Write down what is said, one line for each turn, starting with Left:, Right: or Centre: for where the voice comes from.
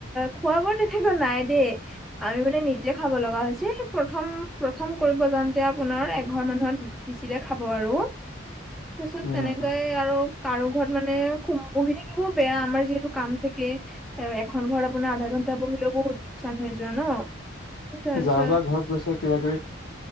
Centre: খোৱা বোৱা তথাপিও নাই দেই। আমি মানে নিজে খাব লগা হৈছে সেই প্ৰথম প্ৰথম কৰিবৰ জাওনতে আপোনাৰ এঘৰ মানুহত দিছিলে খাব আৰু তাৰপিছত
Left: উম,
Centre: তেনেকৈ আৰু। কাৰো ঘৰত মানে শুম বহি থাকিবও বেয়া আমাৰ যিহেতু কাম থাকে। এ এখন ঘৰত আপোনাৰ আধা ঘণ্টা বহিলেও বহুত লোকচান হৈ যোৱা ন। তাৰপিছত
Left: যা যা ঘৰত গৈছো কিবা কিবি